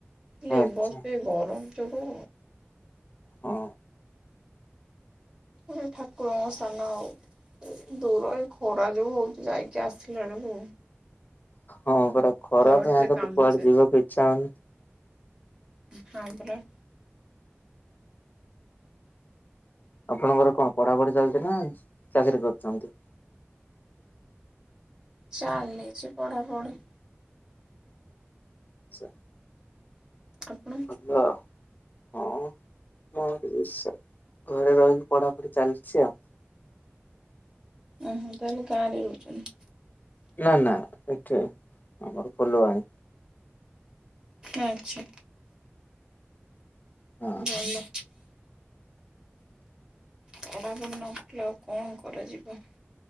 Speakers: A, on the right; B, on the left.
A: ଲେ
B: ଆଚ୍ଛା
A: ବର୍ଷ ଏ ଗରମ ଯୋଗୁ
B: ହଁ।
A: ଏ ଯୋଉ ଠାକୁର ସ୍ଥାନ ଆଉ। ଏଦୂର ଏଇ ଖରା ଯୋଉ ହଉଚି ଯାଇକି ଆସିଲା ବେଳକୁ
B: ହଁ ପରା ଖରା
A: ତା ବାଟରେ
B: ପାଇଁତ
A: କାମ
B: କୁଆଡ଼େ ଯିବାକୁ ଇଚ୍ଛା ହଉନି।
A: ହଁପରା।
B: ଆପଣଙ୍କର କଣ ପଢ଼ାପଢ଼ି ଚାଲିଚିନା ଚାକିରି କରୁଚନ୍ତି?
A: ଚାଲିଚି ପଢ଼ାପଢ଼ି।
B: ଆଚ୍ଛା।
A: ଆପଣ
B: ହଁ। ହଁ ମୋରବି ସେଇ ଘରେ ରହିକି ପଢ଼ାପଢ଼ି ଚାଲିଚି ଆଉ।
A: ଓହୋ ତାହେଲେ ଗାଁରେ ରହୁଚନ୍ତି।
B: ନା ନା ଏଠି ଆମର ଫୁଲବାଣୀ।
A: ଆଚ୍ଛା।
B: ହଁ
A: ଭଲ। ପଢ଼ାପଢ଼ି ନକଲେ ଆଉ କଣ କରାଯିବ।